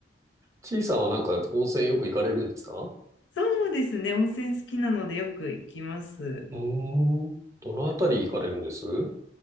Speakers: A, on the right; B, on the left.
A: ちいさんはなんか温泉よく行かれるんですかう
B: そうですね、温泉好きなのでよく行きます。
A: ーん。どのあたり行かれるんですは